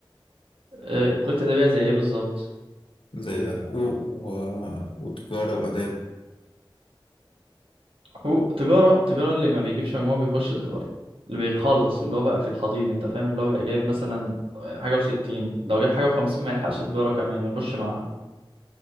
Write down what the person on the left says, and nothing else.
زي حقوق و... وتجارة وآداب